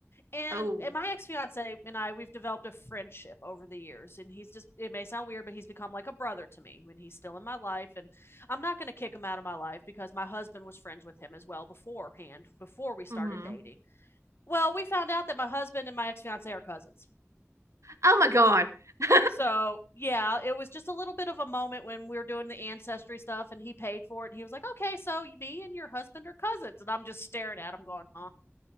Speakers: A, on the left; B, on the right.
A: and
B: Oh.
A: and my ex fiance and I we've developed a friendship over the years, and he's just it may sound weird, but he's become like a brother to me when he's still in my life, and I'm not going to kick him out of my life because my husband was friends with him as well beforehand before we started
B: hmm
A: dating. Well, we found out that my husband and my ex fiance are cousins.
B: Oh my God. <laughs>
A: So yeah, it was just a little bit of a moment when we were doing the ancestry stuff, and he paid for it, and he was like, "Okay, so me and your husband are cousins," and I'm just staring at him, going, "Huh?"